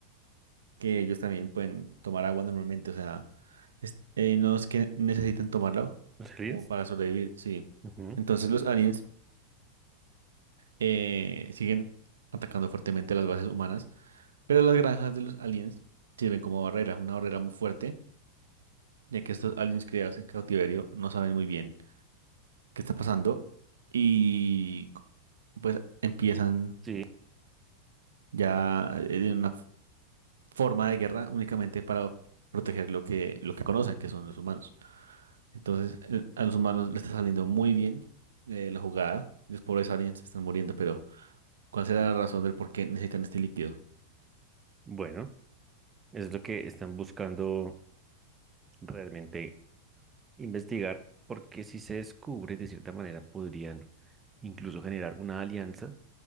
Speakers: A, on the right; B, on the right.
A: que ellos también pueden tomar agua normalmente. O sea, es- eh, no es que necesiten tomarlo
B: los aliens.
A: como para sobrevivir, sí.
B: Ujú,
A: Entonces los aliens eh, siguen atacando fuertemente las bases humanas, pero las granjas de los aliens sirven como barrera, una barrera muy fuerte, ya que estos aliens criados en cautiverio no saben muy bien qué está pasando y co- pues empiezan
B: Sí,
A: ya en una f- forma de guerra únicamente para proteger lo que, lo que conocen, que son los humanos. Entonces, el- a los humanos les está saliendo muy bien eh, la jugada. Los pobres aliens se están muriendo, pero ¿cuál será la razón del por qué necesitan este líquido?
B: bueno, es lo que están buscando realmente investigar, porque si se descubre, de cierta manera podrían incluso generar una alianza